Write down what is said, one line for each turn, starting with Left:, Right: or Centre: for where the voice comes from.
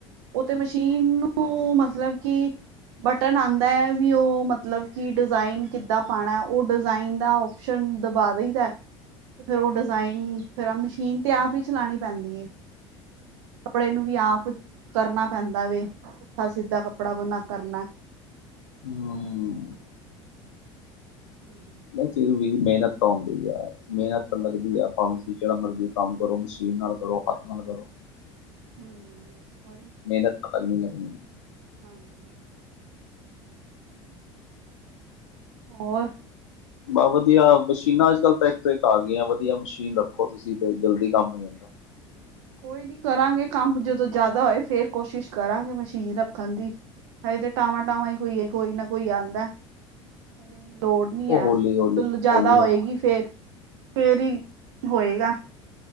Right: ਉਹ ਤੇ ਮਸ਼ੀਨ ਨੂੰ ਮਤਲਬ ਕਿ ਬਟਨ ਆਦਾ, ਵੀ ਉਹ ਮਤਲਬ ਕਿ ਡਿਜ਼ਾਇਨ, ਕਿੱਦਾਂ ਪਾਣਾ, ਉਹ ਡਿਜ਼ਾਇਨ ਦਾ ਸ਼ਨ, ਦਬਾ ਦਈਦਾ ਤੇ, ਫੇਰ ਉਹ ਡਿਜ਼ਾਇਨ, ਫੇਰ ਮਸ਼ੀਨ ਤੇ ਆਪ ਹੀ ਚਲਾਣੀ ਪੈਂਦੀ ਏ ਕੱਪੜੇ ਨੂੰ ਵੀ, ਆਪ ਕਰਨਾ ਪੈਂਦਾ ਵੈ, ਪੁਠਾ -ਸਿੱਧਾ ਕੱਪੜਾ ਬਨਾ ਕਰਨਾ
Left: ਹੂੰ
Right: ਹੂੰ, ਹੂੰ, ਹੂੰ। <inaudible>
Left: ਨਹੀਂ ਫਿਰ ਵੀ, ਮਿਹਨਤ ਤਾਂ ਆਦੀ ਆ। ਮਿਹਨਤ
Right: ਉਹੀ
Left: ਲੱਗਦੀ
Right: ਨਾ
Left: ਆ ਭਾਵੇਂ ਜਿਹੜਾ ਮਰਜ਼ੀ ਕੰਮ ਕਰੋ, ਮਸ਼ੀਨ ਨਾਲ ਕਰੋ, ਹੱਥ ਨਾਲ ਕਰੋ
Right: ਹੂੰ ਉਹੀ
Left: ਮਿਹਨਤ ਤਾਂ, ਲੱਗਣੀ- ਲੱਗਣੀ
Right: ਹਾਂਜੀ। ਹੋਰ
Left: ਬ ਵਧੀਆ ਮਸ਼ੀਨਾਂ, ਅੱਜ- ਕੱਲ੍ਹ ਤਾਂ ਇੱਕ ਤੋਂ ਇੱਕ ਆ ਗਈਆਂ, ਵਧੀਆ ਮਸ਼ੀਨ ਰੱਖੋ, ਤੁਸੀਂ ਤੇ ਜਲਦੀ ਕੰਮ ਹੋ ਜਾਂਦਾ
Right: ਕੋਈ ਨੀ ਕਰਾਂਗੇ ਕੰਮ, ਜਦੋਂ ਜ਼ਿਆਦਾ ਹੋਏ ਫੇਰ, ਕੋਸ਼ਿਸ਼ ਕਰਾਂਗੇ ਮਸ਼ੀਨ ਰੱਖਣ ਦੀ ਹਜੇ ਤਾਂ ਟਾਵਾਂ-ਟਾਵਾਂ ਹੀ ਕੋਈ -ਕੋਈ ਨਾ ਕੋਈ ਆਦਾ ਹਜੇ ਇੰਨੀ ਲੋੜ ਨੀ,
Left: ਉਹ
Right: ਹੈ
Left: ਹੌਲੀ ਹੌਲੀ
Right: ਜਦੋਂ ਜ਼ਿਆਦਾ
Left: ਹੌਲੀ
Right: ਹੋਏਗੀ ਫੇਰ, ਹੀ ਹੋਏਗਾ।